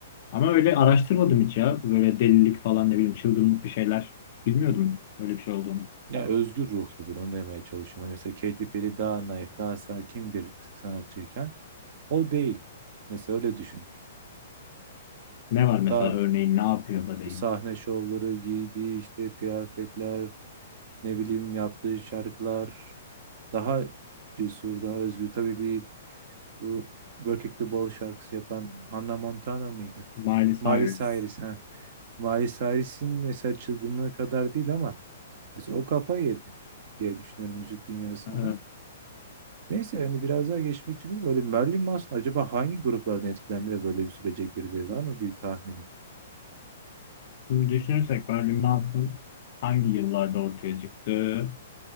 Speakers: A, on the left; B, on the right.
A: Ama öyle araştırmadım hiç ya. Böyle delilik falan ne bileyim çılgınlık bir şeyler. Bilmiyordum öyle bir şey olduğunu.
B: Ya özgür ruhlu bir onu demeye çalışıyorum. Hani Mesela Katy Perry daha naif, daha sakin bir sanatçıyken o değil. Mesela öyle düşün.
A: Ne var mesela
B: Daha
A: örneğin ne yapıyor da değil.
B: sahne şovları, giydiği işte kıyafetler, ne bileyim yaptığı şarkılar daha cesur, daha özgür. Tabii bir bu Work It The Ball şarkısı yapan Hannah Montana mıydı?
A: Miley Cyrus.
B: Miley Cyrus ha. Miley Cyrus'in mesela çılgınlığı kadar değil ama mesela o kafa yedi diye düşünüyorum müzik dünyasında.
A: Ee,
B: Neyse yani biraz daha geçmek için böyle Marilyn Manson acaba hangi gruplardan etkilendi de böyle bir sürece girdi var mı bir tahminin?
A: şimdi düşünürsek Marilyn Manson hangi yıllarda ortaya çıktı?